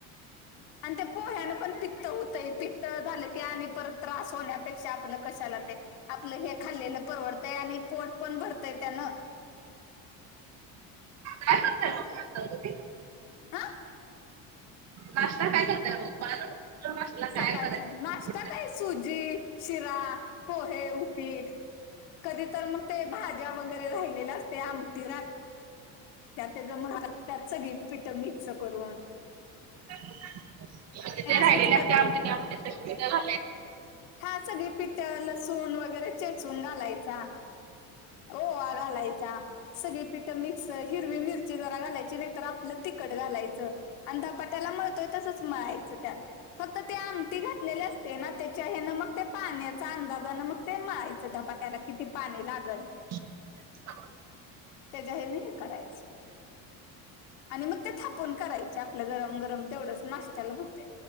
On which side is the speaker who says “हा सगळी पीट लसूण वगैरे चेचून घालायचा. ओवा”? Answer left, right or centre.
Left